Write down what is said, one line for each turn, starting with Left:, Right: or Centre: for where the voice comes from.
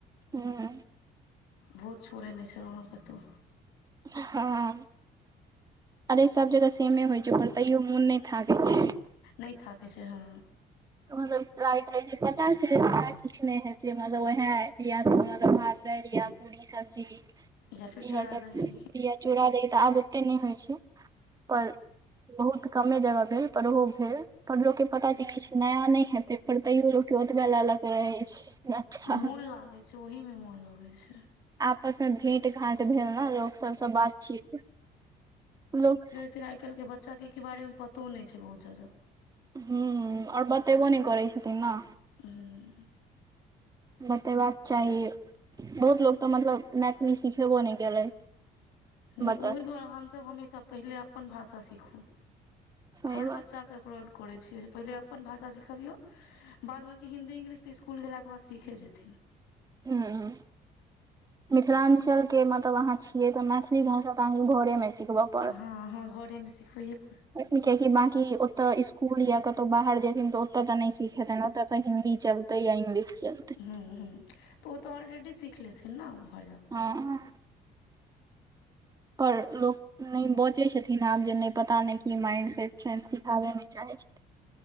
Right: हूँ
Left: भोज छोड़ै नय छलो कतो
Right: हँ अरे सभ जगह सेमे होइ छै ओकर तैयो मोन नय थाकै छै
Left: नय थाकै छै हँ
Right: मतलब लागैत रहे छै पता छै किछु नय हेते मतलब वह यतल <inaudible> <inaudible> रिया पुरी सब्जी
Left: या फिर चूड़ा
Right: इह सब
Left: दही
Right: चूड़ द तऽ आब त नइ होइ छै पर बहुत कमे जगह भेल पर ओ भेल पर लोकोग के पता चल छै नया नय हेतै पर तैयो लोक ओतबे ल ल के रहै छै अच्छा
Left: मोन लागै छै ओहिमे मोन लगै छै
Right: आपस मे भेट घाट भेल ने लोक सबसँ बातचीत लोक
Left: तैं कल्के <inaudible> शादी के बारेमे पतो नय छै बहुत जादा
Right: हूँ ओर बतेबो नय करै छथिन ना
Left: हूँ
Right: बतबाक चाही बहुत लोको तऽ मतलब मैथिली सिखेबो नय केलै
Left: नय
Right: बच्चा
Left: ओह
Right: सब
Left: दुआरे हमसभ हमेशा पहिले अपन भाषा सीखू
Right: सही
Left: हर
Right: बात
Left: बच्चाकेँ अपलाउड करै छियै जे पहिले अपन भाषा सिखबियौ बाद बाकी हिन्दी इंग्लिश तऽ स्कुल गेलाके बाद सीखे जेथिन
Right: छै
Left: <unintelligible>
Right: हूं मिथिलाञ्चलके मतलब अहाँ छियै तऽ मैथिली भाषा तऽ अहाँके घरेमे सिखबक
Left: हाँ हाँ घरेमे सिखबैए पड़त
Right: अखन कियाकि बाकी ओतय स्कूल या कतौ बाहर जेथिन तऽ ओते त नै सिखेतैन ओत त हिंन्दी चल तै या इंग्लिश चलतै।
Left: हूं-हूं त ओ त ऑलरेडी सीख लेथिन नै उम्हर ज
Right: हां। पर लोक नै बजै छथिन आब जे नै पता नै की माइंड सेट छनि सिखाबय नै चाहै छथिन।